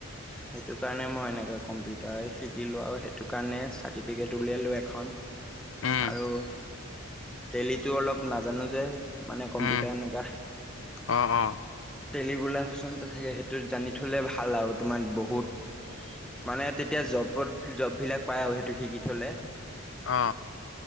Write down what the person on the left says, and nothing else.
উম,
উম,
অ', অ',
অ